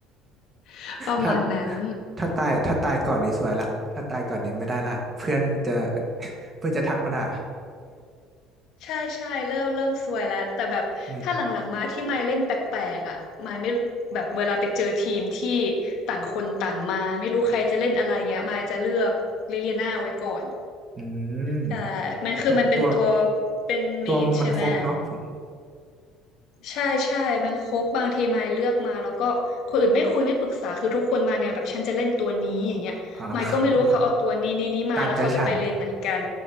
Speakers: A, on the left (about 60°); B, on the right (about 25°).
A: <laughs> ประมาณนั้น
B: ถ้าถ้าตาย ถ้าตายก่อนนี้สวยละถ้าตายก่อนนี้ไม่ได้ละเพื่อนจะ <laughs> เพื่อนจะทักมาด่า
A: ใช่ใช่เริ่มเริ่มซวยแล้วแต่แบบถ้าหลังๆมาที่ไมค์เล่นแปลกๆอ่ะไมค์ไม่แบบเวลาไปเจอทีมที่
B: <laughs> อืม
A: ต่างคนต่างมาไม่รู้ใครจะเล่นอะไรเงี้ยไมค์จะเลือกลิเลียนาไว้ก่อน
B: อืมแต่ตัว
A: ใช่มันคือมันเป็นตัวเป็นเมจใช่ไหม
B: ตัวมันครบเนาะผม
A: ใช่ใช่ มันครบบางทีมายเลือกมาแล้วก็คนอื่นไม่คุยไม่ปรึกษาคือทุกคนมาแนี่แบบฉันจะเล่นตัวนี้อย่างเงี้ยมายก็ไม่รู้ว่าเขาเอาตัวนี้นี้นี้มาแล้วเขาจะไปเลนไหนกัน
B: อ๋อเนี่ยตามใจฉัน